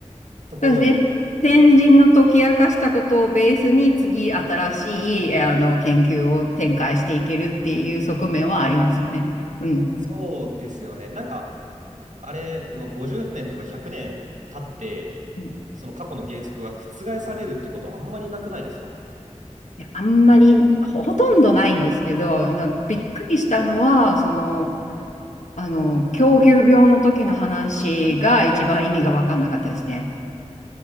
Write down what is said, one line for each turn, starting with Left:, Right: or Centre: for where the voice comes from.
Right: ところになんか僕ちょっと、
Left: そうですね。先人の解き明かしたことをベースに次新しい、えあの、研究を展開していけるっていう側面はありますよね。うん。
Right: そうですよね。なんか、あれ、まあ、50年とか100年経って、
Left: うん
Right: その過去の原則が覆されるってことはあんまりなくないですか
Left: あんまり、ほとんどないんですけど、まあ、びっくりしたのは、
Right: はい。
Left: その、あの、狂牛病の時の話が一番意味が分かんなかったですね。